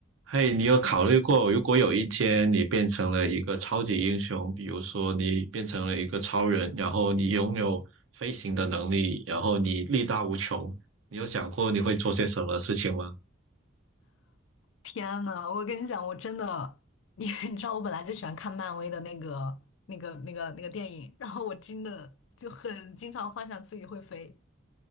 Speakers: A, on the right (about 90°); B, on the left (about 70°).
A: 嘿，你有考虑过，如果有一天你变成了一个超级英雄，比如说你变成了一个超人，然后你拥有飞行的能力，然后你力大无穷，你有想过你会做些什么事情吗？
B: 天呐，我跟你讲，我真的，你 <laughs> 你知道，我本来就喜欢看漫威的那个、那个、那个、那个电影，然后我真的就很经常幻想自己会飞。